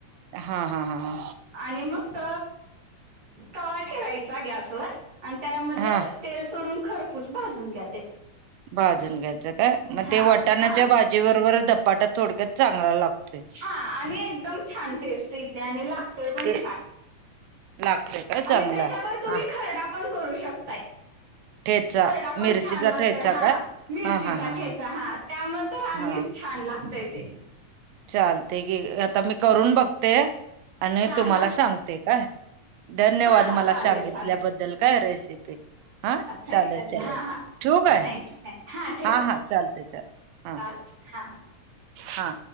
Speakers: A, on the right; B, on the right.
A: हा हा, हा हा.
B: आणि मग त तवा ठेवायचा गॅसवर आणि त्यामध्ये
A: हा
B: तेल सोडून खरपूस भाजून घ्या ते.
A: भाजून घ्यायचं का मग
B: हा
A: ते वटाणाच्या
B: हा
A: भाजी बरोबर धपाट थोडक्यात चांगला लागतोय
B: हा आणि एकदम छान टेस्ट येते आणि लागतोय पण
A: ते.
B: छान
A: लागतोय काय
B: आणि
A: चांगला
B: त्याच्याबर तुम्ही
A: हा
B: खरडा पण करू शकताय.
A: ठेचा
B: खरडा पण
A: मिरचीचा
B: छान लागतोय
A: ठेचा
B: हा!
A: काय
B: मिरचीचा
A: हा हा हा
B: ठेचा हा, त्यामुळे तर आणिच
A: हा
B: छान लागतय ते.
A: चालते की आता मी करून बघते आणि
B: हा
A: तुम्हाला
B: हा
A: सांगते काय. धन्यवाद,
B: हा हा
A: मला
B: चालेल
A: सांगितल्याबद्दल
B: चालेल
A: काय रेसिपी. हा
B: थँक
A: चालेल चालेल
B: हा हा
A: ठेऊ काय?
B: <unintelligible>
A: हा हा चालते चालते हा
B: चालतं हां
A: हा.